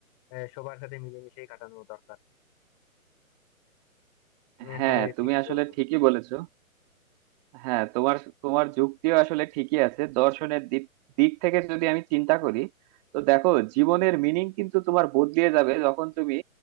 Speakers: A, on the left; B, on the right.
A: আহ, সবার সাথে মিলেমিশেই কাটানো দরকার তুমি
B: হ্যাঁ
A: আসলে
B: তুমি
A: ঠিকই
B: আসলে
A: বলছো
B: ঠিকই বলেছো হ্যাঁ তোমার তোমার যুক্তিও আসলে ঠিকই আছে দর্শনের দিক দিক থেকে যদি আমি চিন্তা করি তো দেখো জীবনের মিনিং কিন্তু তোমার বদলিয়ে যাবে যখন তুমি